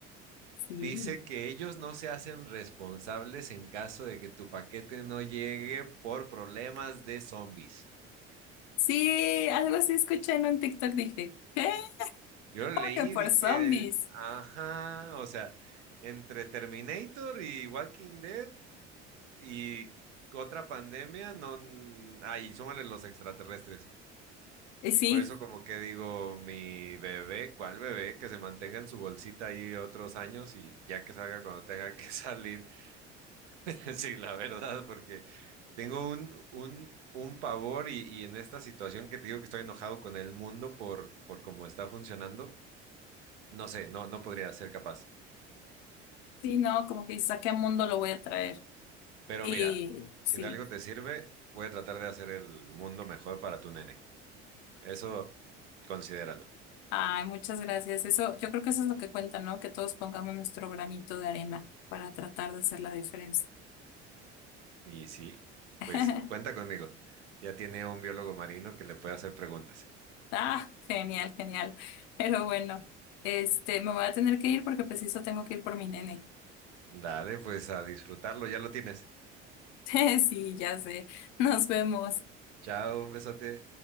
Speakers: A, on the left; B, on the right.
A: sí.
B: Dice que ellos no se hacen responsables en caso de que tu paquete no llegue por problemas de zombies.
A: Sí, algo así escuché en un TikTok, dije, ¿qué?
B: Yo lo
A: ¿Cómo
B: leí
A: que por
B: y dije,
A: zombies?
B: ajá, o sea, entre Terminator y Walking Dead y otra pandemia, no, n- ay, súmale los extraterrestres.
A: Y sí,
B: Por eso como que digo, mi bebé, ¿cuál bebé? Que se mantenga en su bolsita ahí otros años y ya que salga cuando tenga que <laughs> salir. <laughs> Sí, la verdad, porque tengo un, un, un pavor y, y en esta situación que te digo que estoy enojado con el mundo por, por cómo está funcionando, no sé, no, no podría ser capaz.
A: sí, no, como que dices, ¿a qué mundo lo voy a traer?
B: Pero
A: Y
B: mira, si
A: sí,
B: de algo te sirve, voy a tratar de hacer el mundo mejor para tu nene. Eso considéralo.
A: Ay, muchas gracias. Eso, yo creo que eso es lo que cuenta, ¿no? Que todos pongamos nuestro granito de arena para tratar de hacer la diferencia.
B: Y sí,
A: <laughs>
B: pues cuenta conmigo. Ya tiene un biólogo marino que le puede hacer preguntas.
A: Ah, genial, genial. Pero bueno, este, me voy a tener que ir porque preciso tengo que ir por mi nene.
B: Dale, pues a disfrutarlo, ya lo tienes.
A: <laughs> Sí, ya sé. Nos
B: Ah.
A: vemos.
B: Chao, un besote.